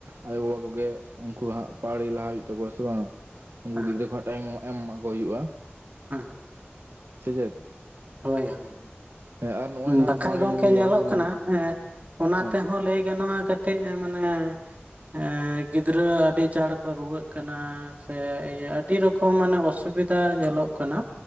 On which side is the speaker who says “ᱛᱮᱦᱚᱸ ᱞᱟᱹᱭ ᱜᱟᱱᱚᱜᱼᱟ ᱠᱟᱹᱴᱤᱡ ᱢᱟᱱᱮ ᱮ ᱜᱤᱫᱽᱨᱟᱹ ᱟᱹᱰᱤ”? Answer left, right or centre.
Right